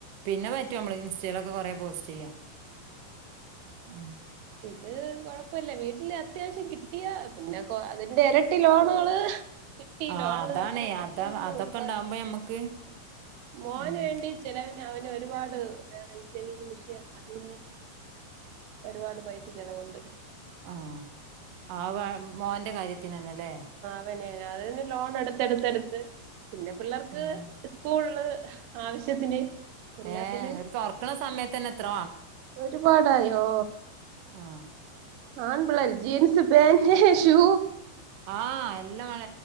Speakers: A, on the right; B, on the right.
A: പിന്നെ പറ്റൂ നമ്മള് ഇൻസ്റ്റയിലൊക്കെ കൊറെ പോസ്റ്റ് ചെയ്യാം ഉം
B: അത് കൊഴപ്പല്ല വീട്ടില് അത്യാവശ്യം കിട്ടിയ പിന്നെ അതിന്റെ ഇരട്ടി ലോണുകള് കിട്ടി
A: ആ
B: ലോണ്
A: അതാണേ
B: അത് അതൊക്കെ
A: അതാ
B: ഉണ്ട്
A: അതൊക്കെ
B: ഒരുപാട്
A: ഇണ്ടാവുമ്പോ ഞമ്മക്ക്
B: മോന്
A: ഉം
B: വേണ്ടി ചെലവിന് അവന് ഒരുപാട് വേണം ഈ ചെവിൽ മെഷീൻ അതിന് ഒരുപാട് പൈസ ചലവുണ്ട്
A: ആ ആ വ മോന്റെ കാര്യത്തിനന്നല്ലേ
B: അവനെ അത് ലോൺ എടുത്ത്ടുത്ത്ടുത്ത് പിന്നെ പിള്ളേർക്ക്
A: ആഹ്
B: ഉള്ളത് ആവശ്യത്തിന് എല്ലാത്തിന്
A: ഏഹ് ഒരു തൊറക്കണ സമയത്തന്നെ എത്ര
B: ഒരുപാടായോ
A: ആ
B: ആൺപിള്ളേര് ജീൻസ് പാന്റ് ഷു
A: ആഹ് എല്ലാമാണ